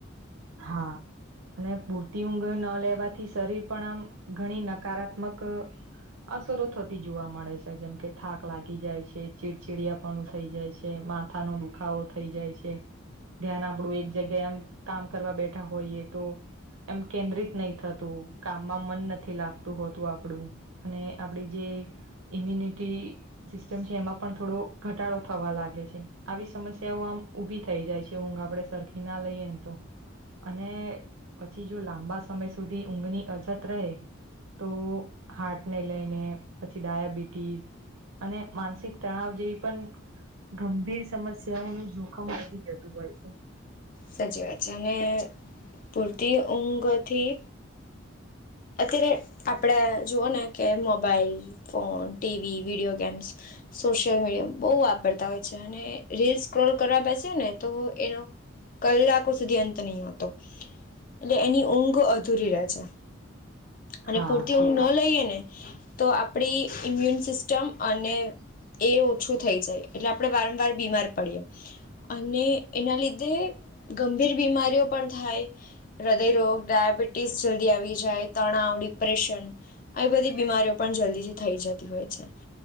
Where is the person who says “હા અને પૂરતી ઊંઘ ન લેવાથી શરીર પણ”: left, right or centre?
Right